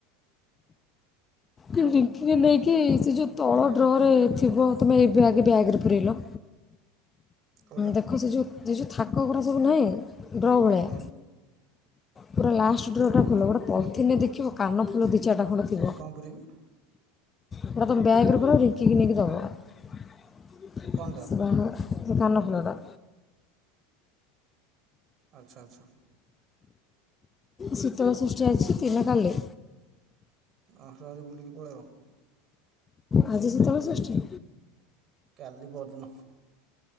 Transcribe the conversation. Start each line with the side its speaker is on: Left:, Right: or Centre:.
Left: କିି ରିଙ୍କି କି ନେଇକି ସେ ଯୋଉ ତଳ ଡ୍ରରେ ଥିବ ତୁମେ ଏ ବ୍ୟାଗ୍ ବ୍ୟାଗରେ ପୁରେଇଲ।
Right: କେଉଁଟା
Left: ଦେଖ ସେ ଯେଉଁ ସେ ଯେଉଁ ଥାକ ଗୁଡ଼ା ସବୁ ନାହିଁ ଡ୍ର ଭଳିଆ।
Right: ହୁଁ
Left: ପୁରା ଲାଷ୍ଟ ଡ୍ର ଟା ଖୋଲ ଗୋଟେ ପଲିଥିନରେ ଦେଖିବ କାନ ଫୁଲ ଦି ଚାରିଟା ଖଣ୍ଡେ
Right: ହଁ
Left: ଥିବ
Right: ସେଇଠି କଣ କରିବି?
Left: ପୁରା ତମ ବ୍ୟାଗରେ ପୁରାଅ ରିଙ୍କି କି ନେଇକି ଦବ।
Right: କଣ ଟା?
Left: ଗହଣା ଟା କାନ ଫୁଲ ଟା।
Right: ଆଚ୍ଛା ଆଚ୍ଛା।
Left: ଶୀତଳ ଷଷ୍ଠୀ ଆଜି କି ନା କାଲି?
Right: ଆଶ ଆଜି ବୁଲିକି ପଳେଇବ।
Left: ଆଜି ଶୀତଳ ଷଷ୍ଠୀ?
Right: କାଲି ପରଦିନ